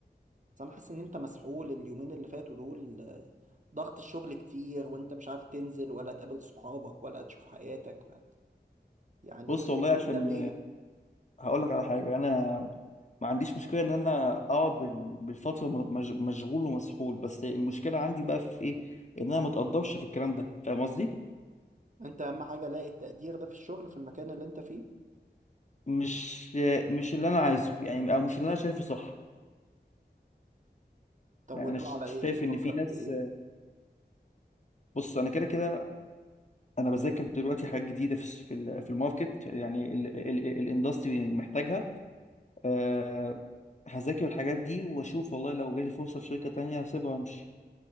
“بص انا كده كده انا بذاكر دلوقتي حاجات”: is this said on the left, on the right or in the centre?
Left